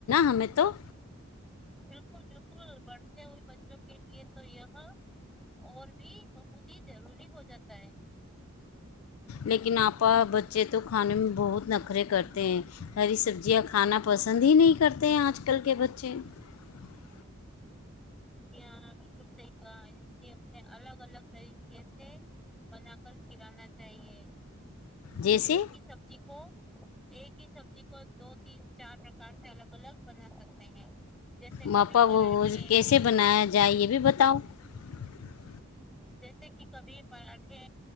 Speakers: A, on the left (about 75°); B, in the centre.
A: ہمیں تو
B: بالکل بالکل بڑھتے ہوئے بچوں کے لیے تو یہ <unintelligible> ہاں اور بھی بہت ہی ضروری ہو جاتا ہے <unintelligible>
A: لیکن آپا بچے تو کھانے میں بہت نخرے کرتے ہیں ہری سبزیاں کھانا پسند ہی نہیں کرتے ہیں آج کل کے بچے <unintelligible>
B: جی ہاں بالکل صحیح کہا اس لیے انہیں الگ الگ طریقے سے بنا کر کھلانا چاہیے <unintelligible>
A: جیسے
B: ایک ہی سبزی کو <unintelligible> ایک ہی سبزی <unintelligible> دو تین چار <inaudible> کارڈ سے الگ الگ بنا سکتے ہیں <inaudible> جیسے
A: ماپا
B: کبھی پراٹھے
A: وہ کیسے بنایا جائے یہ بھی بتاؤ <unintelligible>
B: جیسے کہ کبھی پراٹھے